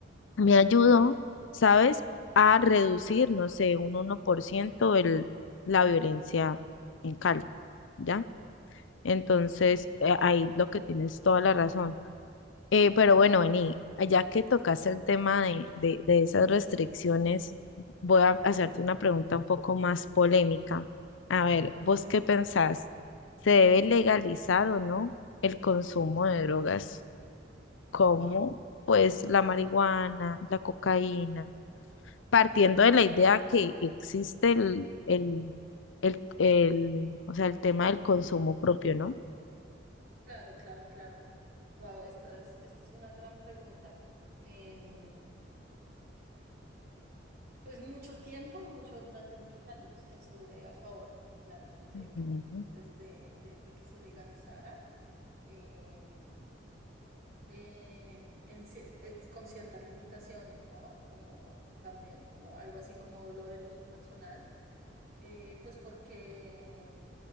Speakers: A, on the left; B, on the right.
A: me ayudó, ¿sabes?, a reducir, no sé, un uno por ciento el, la violencia en Cali, ¿ya? Entonces, eh, ahí lo que tienes toda la razón. Eh, pero bueno, Beni, ya que tocaste el tema de, de, de esas restricciones, voy a hacerte una pregunta un poco más polémica. A
B: Ujú.
A: ver, ¿vos
B: <laughs>
A: qué pensás? ¿Se debe legalizar o no el consumo de drogas como, pues, la marihuana, la cocaína? partiendo de la idea que existe el, el, el, el, o sea, el tema del consumo propio, ¿no?
B: Claro, claro, claro. Wow, esta es, esta es una gran pregunta. Em, Pues mucho tiempo, mucho, durante muchos años estuve a favor, claramente, de que,
A: Ujú.
B: pues de, de, de que se legalizara, em, eh, en cie- eh, con ciertas limitaciones, ¿no? Como también, como algo así como lo del uso personal, eh, pues porque